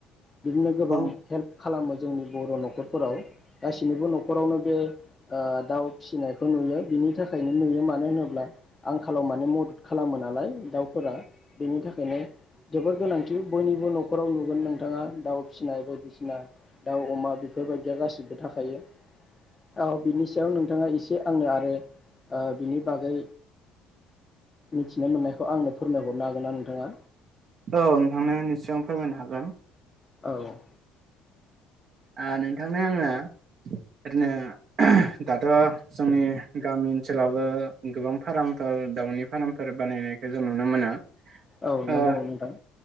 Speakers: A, on the left; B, on the right.
A: बिदिनो गोबां
B: औ
A: हेल्प खालामो जोंनि बर' न'खरफोराव गासैनिबो न'खरावनो बे ओ दाउ फिसिनायखौ नुयो बिनि थाखायनो नुयो मानो होनोब्ला आंखालाव माने मदद खालामो नालाय दाउफोरा बेनि थाखायनो जोबोर गोनांथि बयनि बो न'खराव नुगोन नोंथाङा दाउ फिसिनाय बायदिसि नाय दाउ अमा बेफोरबाय दिया गासिबो थाखायो औ बिनि सायाव नों थाङा एसे आंनो आरो ओ बिनि बागै मिथिनो मोननायखौ आंनो फोरमायहरनो हागोन ना नों थांङा
B: औ नोंथांनो निसय आं फोरमायनो हागोन।
A: औ
B: आ नोंथांनो आङो ओरैनो दाथ' जोंनि गामि ओनसोलावबो गोबां फार्मफोर दाउनि फार्मफोर बानायनायखौ जों नुनो मोनो।
A: औ नंगौ
B: ओ
A: नोंथां।